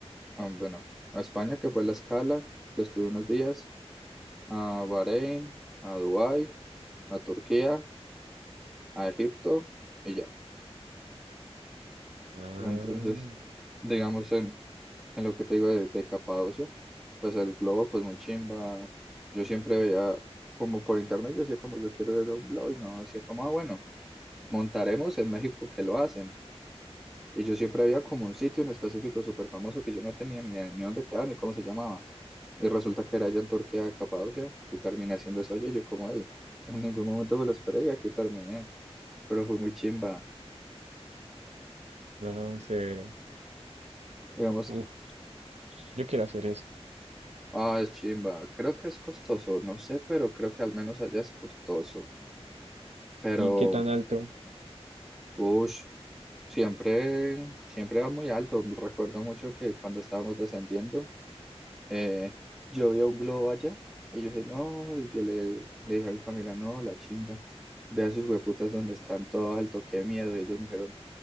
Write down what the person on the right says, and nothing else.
Ah,
no, severo.
Uf, yo quiero hacer eso.
¿Y qué tan alto?